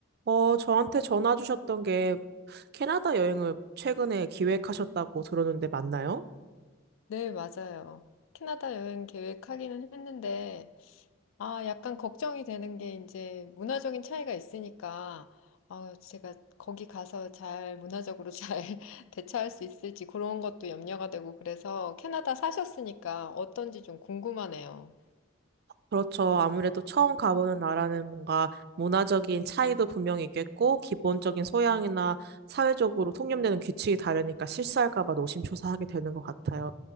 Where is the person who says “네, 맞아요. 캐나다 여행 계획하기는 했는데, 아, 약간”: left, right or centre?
Left